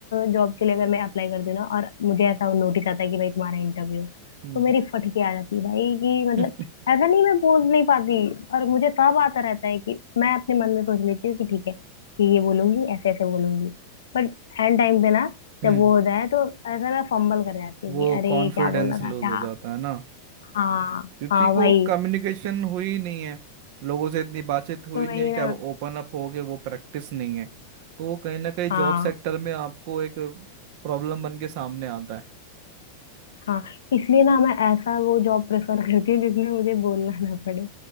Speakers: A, on the left; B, on the right.
A: जॉब के लिए अगर मैं अप्लाई करती हूँ ना और मुझे ऐसा नोटिस आता है कि भाई तुम्हारा इंटरव्यू
B: हम्म
A: तो मेरी फटके आ जाती है भाई कि मतलब
B: <laughs>
A: ऐसा नहीं मैं बोल नहीं पाती और मुझे सब आता रहता है कि मैं अपने मन में सोच लेती हूँ कि ठीक है कि ये बोलूंगी ऐसे ऐसे बोलूंगी बट एंड टाइम पे ना
B: हम्म
A: जब वो हो जाए तो ऐसा मैं फंबल कर जाती हूँ
B: वो
A: कि अरे
B: कॉन्फिडेंस
A: क्या बोलना था
B: लूज
A: क्या
B: हो जाता है ना
A: हाँ
B: क्योंकि
A: हाँ भाई
B: वो कम्युनिकेशन हुई ही नहीं है लोगों से इतनी बातचीत हुई
A: वही
B: नहीं है क्या
A: ना
B: वो ओपन अप हो गए वो प्रैक्टिस नहीं है तो वो कहीं ना कहीं
A: हाँ
B: जॉब सेक्टर में आपको एक प्रॉब्लम बन के सामने आता है
A: हाँ इसलिए ना मैं ऐसा वो जॉब प्रेफर करती हूँ जिसमें मुझे बोलना ना पड़े